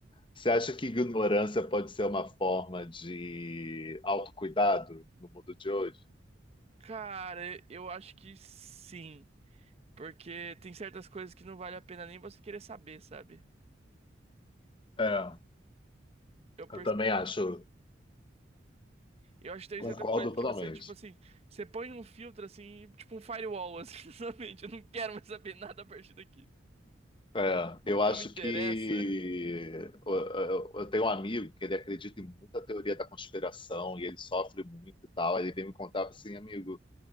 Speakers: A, on the left (about 25°); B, on the right (about 35°).
A: Você acha que ignorância pode ser uma forma de autocuidado no mundo de hoje?
B: Cara, eu acho que sim. Porque tem certas coisas que não vale a pena nem você querer saber, sabe?
A: É,
B: Eu
A: eu também acho.
B: Eu acho que tem
A: Concordo
B: certas coisas que
A: totalmente.
B: você, tipo assim, você põe um filtro assim, tipo um firewall, assim, <laughs> na Eu não quero mais saber nada a partir daqui.
A: É, eu
B: Não
A: acho
B: me interessa.
A: que eu, eu- eu tenho um amigo que ele acredita em muita teoria da conspiração e ele sofre muito e tal. Aí Ele veio me contar assim, amigo,